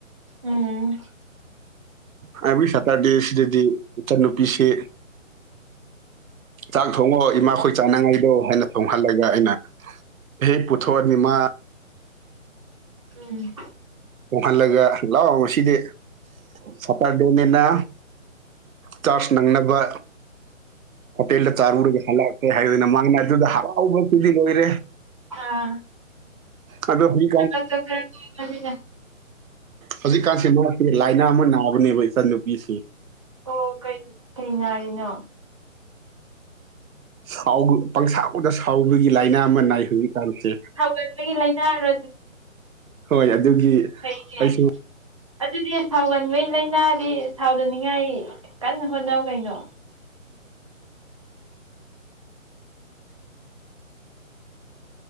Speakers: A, on the right (about 25°); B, on the right (about 85°).
A: ꯎꯝ
B: ꯑ ꯁꯇꯗꯤꯁ ꯑꯗꯨꯗꯤ ꯏꯆꯟꯅꯨꯄꯤꯁꯤ ꯆꯥꯛ ꯊꯣꯡꯉꯣ ꯏꯃꯥꯈꯣꯏ ꯆꯥꯅꯉꯥꯏꯗꯣ ꯍꯥꯏꯅ ꯇꯣꯡꯍꯜꯂꯒ ꯑꯩꯅ ꯍꯦꯛ ꯄꯨꯊꯣꯛꯑꯅꯤꯃ
A: ꯎꯝ
B: ꯇꯣꯡꯍꯜꯂꯒ ꯂꯥꯛꯑꯣ ꯉꯗꯤ ꯁꯥꯇꯔꯗꯣꯅꯤꯅ ꯆꯥꯔꯖ ꯅꯪꯅꯕ ꯍꯣꯄꯦꯜꯗ ꯆꯥꯔꯨꯔꯒ ꯍꯜꯂꯛꯀꯦ ꯍꯥꯏꯅ ꯃꯥꯅ ꯑꯗꯨꯗ ꯍꯔꯥꯎꯕꯕꯁꯤꯗꯤ ꯂꯣꯏꯔꯦ
A: ꯑꯥ
B: ꯑꯗꯣ ꯍꯣꯏ
A: ꯀ ꯀꯃꯤ
B: ꯍꯧꯖꯤꯛꯀꯥꯟꯁꯤ ꯃꯥꯁꯦ ꯂꯥꯏꯅꯥ ꯑꯃ ꯅꯥꯕꯅꯦꯕ ꯏꯆꯟꯅꯨꯄꯤꯁꯦ
A: ꯑꯣ ꯀꯩ ꯀꯩ ꯅꯥꯔꯤꯅꯣ
B: ꯁꯥꯎꯒ ꯄꯪꯁ ꯗ ꯁꯥꯎꯕꯒꯤ ꯂꯥꯏꯅꯥ ꯑꯃ ꯅꯥꯏ ꯍꯧꯖꯤꯛꯀꯥꯟꯁꯦ
A: ꯁꯥꯎꯒꯟꯕꯒꯤ ꯂꯩꯅꯥꯔꯣ
B: ꯍꯣꯏ ꯑꯗꯨꯒꯤ
A: ꯊꯩꯁꯦ
B: ꯑꯩꯁꯨ
A: ꯑꯗꯨꯗꯤ ꯁꯥꯎꯒꯟꯕꯩ ꯂꯥꯏꯅꯥꯗꯤ ꯁꯥꯎꯗꯅꯤꯡꯉꯥꯏ ꯀꯟꯅ ꯍꯣꯠꯅꯧ ꯀꯩꯅꯣ